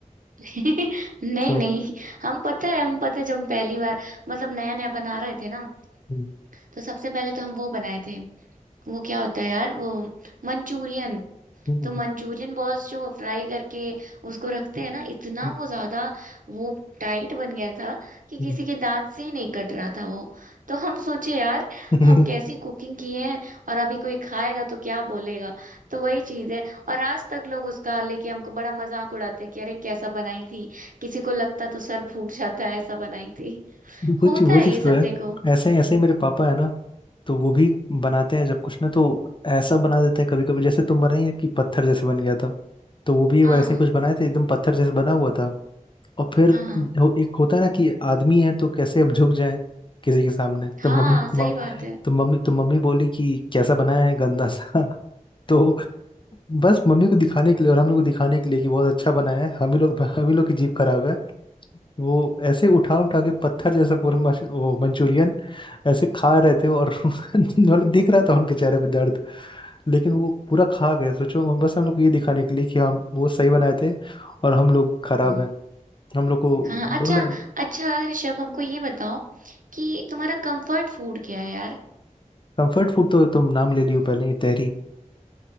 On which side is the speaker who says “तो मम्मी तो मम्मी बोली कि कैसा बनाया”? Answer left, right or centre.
Left